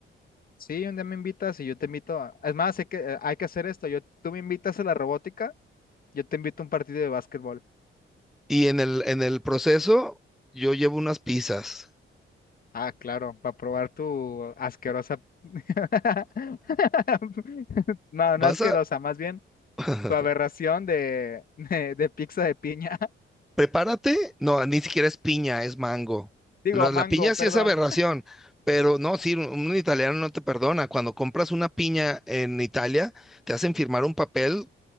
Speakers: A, on the left; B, in the centre.
A: Sí, un día me invitas y yo te invito a... Es más, hay que, eh, hay que hacer esto. Yo, tú me invitas a la robótica, yo te invito a un partido de básquetbol.
B: Y en el, en el proceso, yo llevo unas pizzas.
A: Ah, claro, para probar tu asquerosa... <laughs> No,
B: ¿Vas
A: no asquerosa,
B: a?
A: más bien
B: <laughs>
A: tu aberración de, <laughs> de, de pizza de piña. <laughs>
B: Prepárate, no, ni siquiera es piña, es mango.
A: Digo,
B: Lo-
A: mango,
B: La, piña sí
A: perdón.
B: es aberración, pero no, sí, un, un italiano no te perdona. Cuando compras una piña en Italia, te hacen firmar un papel,